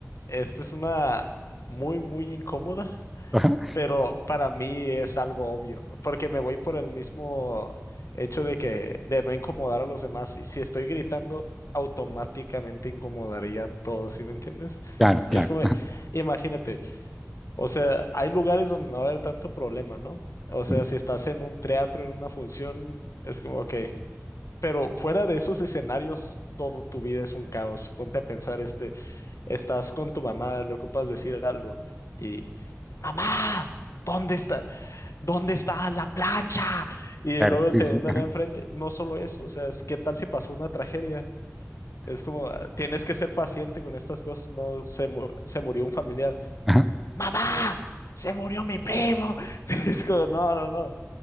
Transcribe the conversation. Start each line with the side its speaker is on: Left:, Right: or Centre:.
Left: esta es una muy, muy incómoda,
Centre: Ajá,
Left: pero para mí es algo obvio, porque me voy por el mismo hecho de que, de no incomodar a los demás. Y si estoy gritando, automáticamente incomodaría a todos, ¿sí me entiendes?
Centre: claro, claro.
Left: Es como,
Centre: ajá,
Left: imagínate. O sea, hay lugares donde no va a haber tanto problema, ¿no? O sea,
Centre: ujú,
Left: si estás en un teatro, en una función, es como, ok. Pero fuera de esos escenarios, todo tu vida es un caos. Ponte a pensar, este, estás con tu mamá, le ocupas decir algo y, mamá, ¿dónde está? ¿Dónde está la plancha? Y
Centre: claro,
Left: luego
Centre: sí,
Left: teniéndole
Centre: sí. sí, Ajá,
Left: enfrente, no solo eso, o sea, es, ¿qué tal si pasó una tragedia? Es como, ah, tienes que ser paciente con estas cosas, no se, mu- se murió un familiar
Centre: ajá,
Left: mamá, se murió mi primo. <laughs> Es como, no, no, no.